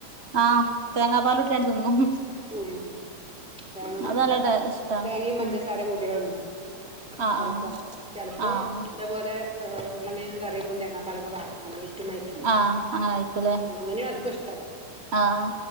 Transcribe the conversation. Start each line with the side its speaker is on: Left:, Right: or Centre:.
Right: ആഹ് തേങ്ങാപാലൂട്ടിയാണ്ട് തിന്നും
Centre: ഉം തേങ്ങ
Right: അത് നല്ല
Centre: വിടൊക്കോ
Right: ടേ ഇഷ്ടാണ്
Centre: തേങ്ങിം പഞ്ചസാര
Right: ഉം
Centre: കൂട്ടികാട്ന്നും
Right: ആഹ്
Centre: ചെലപ്പോ
Right: ആഹ്
Centre: ചെലപ്പം
Right: ആഹ്
Centre: ഇതേപോലെ ഉർലങ്ങേങ് കറിയെക്കും തേങ്ങാപ്പാലൊക്കെ പാർന്ന്കാണ്ട് റ്റ് മാരിയാ
Right: ആഹ് അങ്ങനെ ആയിരിക്കൂല്ലേ
Centre: അങ്ങനെയ അധികുഇഷ്ട്ടം
Right: ആഹ്